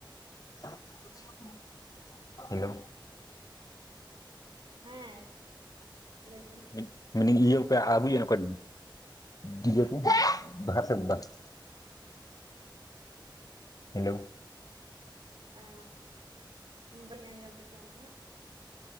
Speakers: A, on the left; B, on the right.
A: ᱾ ᱦᱮᱞᱳ
B: ᱦᱮᱸ ᱞᱟᱹᱭ ᱵᱮᱱ᱾
A: ᱢᱮᱱ ᱮᱫ ᱟ. ᱧ ᱤᱭᱟ. ᱯᱮ ᱟᱜᱩᱭᱟ ᱚᱱᱠᱟ ᱰᱤᱡᱮ ᱠᱩ ᱵᱟᱦᱟ ᱨᱮ ᱥᱮ ᱵᱟᱝ ᱾ ᱦᱮᱞᱳ
B: ᱟᱨ ᱵᱟᱹᱧ ᱟᱸᱡᱚᱢ ᱠᱮᱫ-ᱟ ᱱᱟᱜ